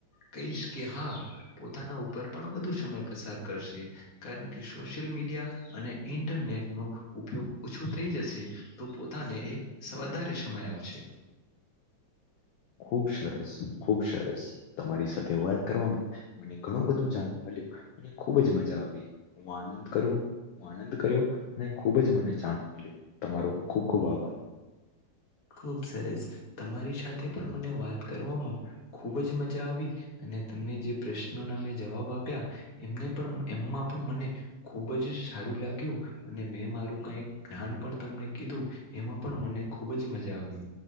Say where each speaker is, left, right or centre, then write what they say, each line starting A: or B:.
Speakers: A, on the left; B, on the left.
A: કહીશ કે હા પોતાના ઉપર પણ વધુ સમય પસાર કરશે કારણ કે સોશિયલ મીડિયા અને ઇન્ટરનેટનુ ઉપયોગ ઉપયોગ ઓછો થઈ જશે તો પોતાને એ વધારે સમય આપશે. <inaudible>
B: ખુબ સરસ. ખુબ સરસ. તમારી સાથે વાત કરવામાં મને ઘણું બધું જાણવા મળ્યું અને ખુબ જ મજા આવી. હું વાત અંત કરુ. આનંદ કર્યો અને ખૂબ જ મને જાણવા મળ્યું તમારો ખૂબ ખૂબ આભાર.
A: ખુબ સરસ. તમારી સાથે પણ મને વાત કરવામાં ખૂબ જ મજા આવી અને તમે મે જે પ્રશ્નોના મેં જવાબ આપ્યા એને એમમાં પણ મને ખુબ જ સારું લાગ અને મે મારું કઈ ધ્યાન પણ તમને કીધું એમાં પણ મને ખૂબ જ મજા આવી.